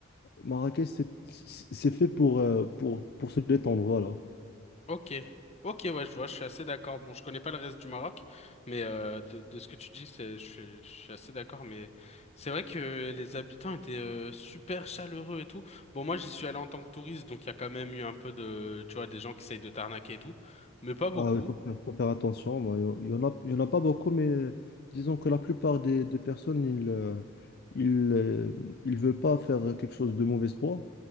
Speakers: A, on the left; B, on the left.
A: Marrakech, c'est c'est- c'est fait pour, euh, pour, pour se détendre, voilà.
B: Ok, ok, ouais, je vois, je suis assez d'accord. Bon, je connais pas le reste du Maroc, mais euh, de, de ce que tu dis, c'est, je suis, je suis assez d'accord. Mais c'est vrai que les habitants étaient euh, super chaleureux et tout. Bon, moi, j'y suis allé en tant que touriste, donc il y a quand même eu un peu de, tu vois, des gens qui essayent de t'arnaquer et tout, mais pas beaucoup.
A: Ah, oui, il faut faire, faut faire attention. Bon, il y en a, il y en a pas beaucoup, mais disons que la plupart des, des personnes, ils, euh, ils, euh, ils veulent pas faire quelque chose de mauvais espoir.